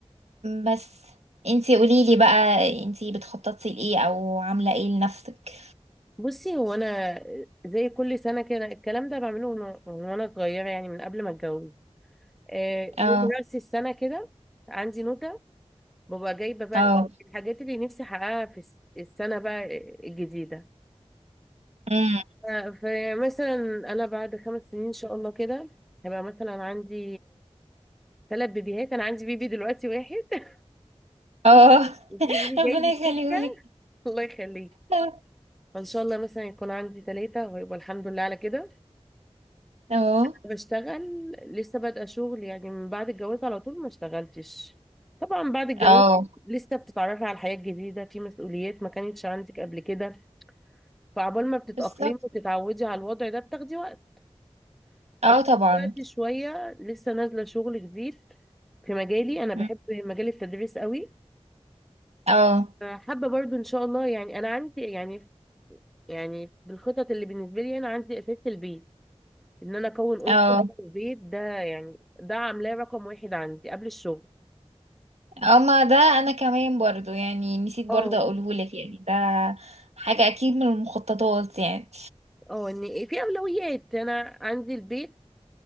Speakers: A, on the right; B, in the centre.
A: بس انتي قوليلي بقى انتي بتخططي لايه او عامله ايه لنفسك
B: بصي هو انا زي كل سنه كده الكلام ده بعمله من وانا من وانا صغيره يعني من قبل ما اتجوز آه،
A: اه
B: يوم راس السنه كده عندي نوتة ببقى جايبة بقى
A: اه
B: الحاجات اللي نفسي احققها في الس- السنة بقى الجديدة
A: امم
B: آه، فمثلا انا بعد خمس سنين ان شاء الله كده هيبقى مثلا عندي ثلاث بيبيهات انا عندي بيبي دلوقتي واحد <laughs>
A: اه
B: وفي
A: <laughs>
B: بيبي
A: ربنا
B: جاي
A: يخليهولك
B: في السكة <laughs> الله يخليك
A: اه
B: فان شاء الله مثلا يكون عندي ثلاثة ويبقى الحمد لله على كده
A: اه
B: بشتغل لسه بادئة شغل يعني من بعد الجواز على طول ما اشتغلتش طبعا بعد الجواز
A: اه
B: لسه بتتعرفي على الحياة الجديدة في مسؤوليات ما كانتش عندك قبل كده فعبال ما بتتأقلمي
A: بالظبط
B: وتتعودي على الوضع ده بتاخدي وقت
A: اه
B: فاخدت
A: طبعا
B: وقت شوية لسه نازلة شغل جديد في مجالي أنا بحب
A: مم.
B: مجال التدريس قوي
A: اه
B: حابة برضو إن شاء الله يعني أنا عندي يعني يعني بالخطط اللي بالنسبة لي أنا عندي أساس البيت إن أنا أكون
A: اه
B: أسرة في البيت ده يعني ده عاملاه رقم واحد عندي قبل الشغل
A: اما ده انا كمان برضو يعني نسيت برضو
B: اه
A: اقولهولك يعني ده حاجه اكيد من المخططات يعني
B: اه إن في أولويات أنا عندي البيت